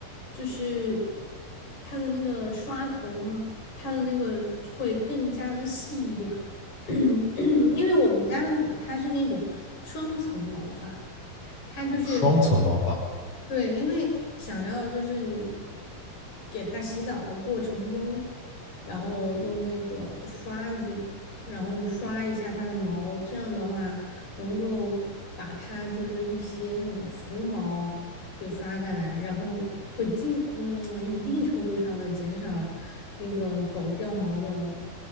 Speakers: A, on the left (about 55°); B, on the left (about 40°).
A: 就是它的那个刷头嘛，它的那个会更加的细一点儿，<clears throat> 因为我们家的狗它是那种双层毛发。它就是
B: 双层毛发。
A: 对，因为想要就是你给它洗澡的过程中，然后用那个刷子，然后刷一下它的毛，这样的话能够把它就是一些那种浮毛给刷下来，然后会尽嗯一定程度上的减少那个狗掉毛的